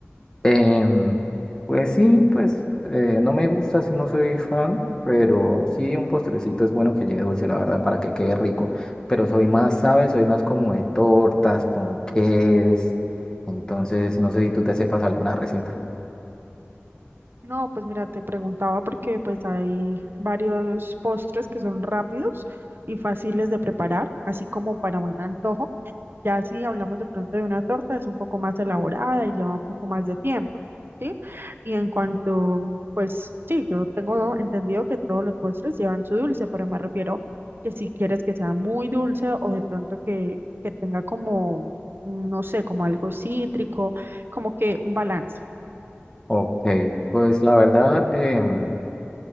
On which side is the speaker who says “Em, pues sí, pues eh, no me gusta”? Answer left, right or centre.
Left